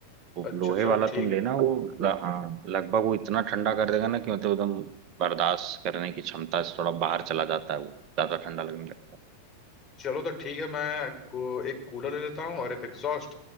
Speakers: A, on the right; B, on the left.
A: वो
B: अच्छा
A: लोहे
B: चलो
A: वाला
B: ठीक
A: तुम लेना
B: है
A: वो ल- हाँ लगभग वो इतना ठंडा कर देगा ना कि मतलब एकदम बर्दाश्त करने की क्षमता से थोड़ा बाहर चला जाता है वो ज्यादा ठंडा लगने लगता है
B: चलो तो ठीक है मैं को एक कूलर ले लेता हूँ और एक एग्जॉस्ट